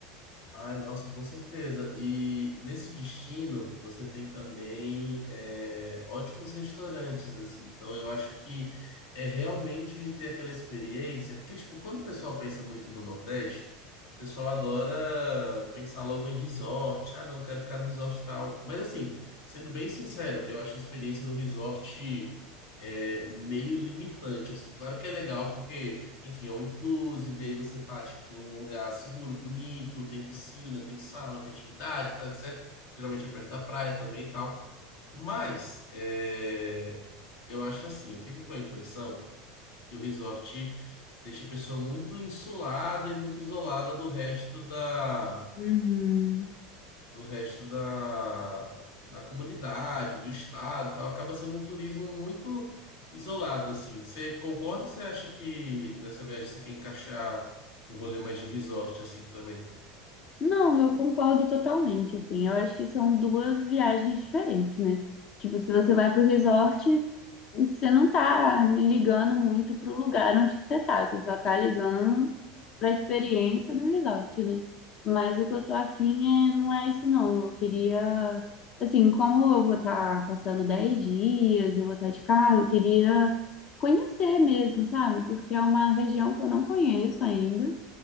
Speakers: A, on the left (about 70°); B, on the left (about 30°).
A: Ai, nossa, com certeza. E nesse destino, você tem também é, ótimos restaurantes, assim. Então, eu acho que é realmente de ter aquela experiência. Porque, tipo, quando o pessoal pensa muito no Nordeste, o pessoal adora pensar logo em resort. Ah, não, quero ficar no resort tal. Mas, assim, sendo bem sincero, eu acho a experiência do resort é, meio limitante, assim. Claro que é legal, porque. Enfim, ou inclusive, aí você tá, tipo, num lugar seguro, bonito, tem piscina, tem sauna, tem atividade, tá, etc. Geralmente é perto da praia também e tal. Mas, é, eu acho assim, eu fico com a impressão que o resort deixa a pessoa muito insulada e muito isolada do resto da
B: Uhum.
A: do resto da, da comunidade, do estado, e tal, acaba sendo um turismo muito isolado assim. Você concorda ou você acha que nessa viagem você quer encaixar um rolê mais de resort assim também?
B: Não, eu concordo totalmente, assim. Eu acho que são duas viagens diferentes, né? Tipo, se você vai para o resort, você não tá ligando muito para o lugar onde que você tá, você só tá ligando para a experiência do resort, né? Mas o que eu tô afim é, não é isso não. Eu queria, assim, como eu vou estar passando 10 dias, eu vou estar de carro, eu queria conhecer mesmo, sabe? Porque é uma região que eu não conheço ainda